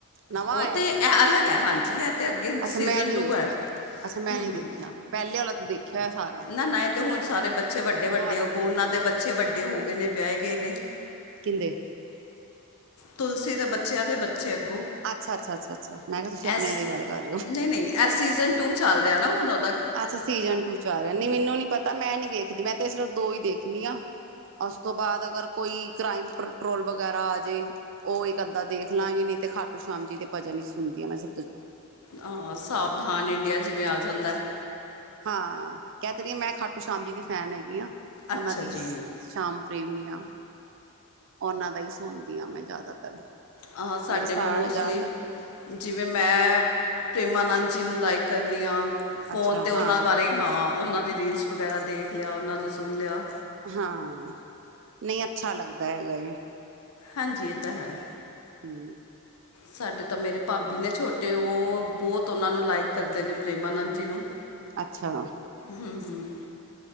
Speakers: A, on the right; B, on the left.
A: ਨਵਾਂ
B: ਉਹ
A: ਆਇਆ
B: ਤੇ
A: ਕੋਈ
B: ਐਹ ਅਲੱਗ ਐ ਹਾਂਜੀ ਐ ਤੇ ਅੱਗੇ
A: ਅੱਛਾ
B: ਸੀਜ਼ਨ
A: ਮੈਂ ਨੀ
B: ਟੂ
A: ਵੇਖਿਆ
B: ਐ।
A: ਅੱਛਾ ਮੈਂ
B: ਹੂੰ,
A: ਨੀ
B: ਹੂੰ
A: ਦੇਖਿਆ ਪਹਿਲੇ ਵਾਲਾ ਤੇ ਦੇਖਿਆ ਹੋਇਆ ਸਾਰਾ
B: ਨਾ ਨਾ ਇਹ ਤੇ ਹੁਣ ਸਾਰੇ ਬੱਚੇ ਵੱਡ ਡੇ
A: ਹੁਣ
B: ਵੱਡੇ
A: ਵਾਲਾ
B: ਹੋਗੋਂ
A: ਨੀ ਦੇਖਿਆ
B: ਉਹਨਾਂ ਦੇ
A: ਹੋਇਆ
B: ਬੱਚੇ ਵੱਡੇ ਹੋ ਗਏ ਨੇ ਵਿਆਹੇ ਗਏ ਨੇ
A: ਕਿਦੇ
B: ਤੁਲਸੀ ਦੇ ਬੱਚਿਆਂ ਦੇ ਬੱਚੇ ਅੱਗੋਂ
A: ਅੱਛਾ, ਅੱਛਾ, ਅੱਛਾ, ਅੱਛਾ ਮੈਂ ਕਿਹਾ ਤੁਸੀਂ ਆਪਣੇ
B: ਐਸ
A: ਦੀ ਗੱਲ ਕਰ ਰਹੇ ਹੋ
B: ਨਹੀਂ ਨਹੀਂ ਐ ਸੀਜ਼ਨ ਟੂ ਚੱਲ ਰਿਹਾ ਨਾ ਹੁਣ ਉਹ ਦ
A: ਅੱਛਾ ਸੀਜਨ ਟੂ ਚ ਆ ਰਿਹਾ ਨਈ ਮੈਨੂੰ ਨੀ ਪਤਾ ਮੈਂ ਨੀ ਵੇਖਦੀ ਮੈਂ ਤੇ ਸਿਰਫ ਦੋ ਹੀ ਵੇਖਣੀ ਆ ਉਸ ਤੋਂ ਬਾਅਦ ਅਗਰ ਕੋਈ ਕ੍ਰਾਈਮ ਪੈਟਰੋਲ ਵਗੈਰਾ ਆ ਜੇ ਉਹ ਇਕ ਅੱਧਾ ਦੇਖ ਲਾਂਗੇ ਨੀ ਤੇ ਖਾਟੂ ਸ਼ਾਮ ਜੀ ਦੀ ਭਜਨ ਹੀ ਸੁਣਦੀਆਂ ਮੈਂ ਸ
B: ਹਾਂ ਸਾਵਧਾਨ ਇੰਡੀਆ ਜਿਵੇਂ ਆ ਜਾਂਦਾ
A: ਹਾਂ ਕਹਿ ਤੇ ਰਹੀ ਆ ਮੈਂ ਖਾਟੂ ਸ਼ਾਮ ਜੀ ਦੀ ਫੈਨ ਹੈਗੀ ਆ
B: ਅੱਛਾ
A: ਉਹਨਾਂ ਦੀ
B: ਜੀ
A: ਸ਼ਾਮ ਪ੍ਰੇਮੀ ਆਂ ਉਹਨਾਂ ਦਾ ਹੀ ਸੁਣਦੀ ਆ ਮੈਂ ਜ਼ਿਆਦਾਤਰ
B: ਆਹ ਸਾਡੇ
A: ਮੇਰੇ ਸਾਰ
B: ਵੀ ਮੋਸਟਲੀ
A: ਜ਼ਿਆਦਾਤਰ
B: ਜਿਵੇਂ ਮੈਂ ਪ੍ਰੇਮਾਨੰਦ ਜੀ ਨੂੰ ਲਾਈਕ ਕਰਨੀ ਆ ਫੋਨ
A: ਅੱਛਾ
B: ਤੇ ਉਹਨਾਂ
A: ਹਾਂ
B: ਬਾਰੇ ਹਾਂ ਉਹਨਾਂ ਦੀ ਰੀਲਸ ਵਗੈਰਾ ਦੇਖ ਲਿਆ ਉਹਨਾਂ ਦਾ ਸੁਣ ਲਿਆ
A: ਹਾਂ, ਨਈ ਅੱਛਾ ਲੱਗਦਾ ਹੈਗਾ ਏ।
B: ਹਾਂਜੀ ਇਹ ਤਾਂ ਹੈ
A: ਹੂੰ
B: ਸਾਡੇ ਤਾਂ ਮੇਰੇ ਭਾਬੀ ਨੇ ਛੋਟੇ ਉਹ ਬਹੁਤ ਉਹਨਾਂ ਨੂੰ ਲਾਈਕ ਕਰਦੇ ਨੇ ਪ੍ਰੇਮਾਨੰਦ ਜੀ ਨੂੰ
A: ਅੱਛਾ
B: ਹੂੰ, ਹੂੰ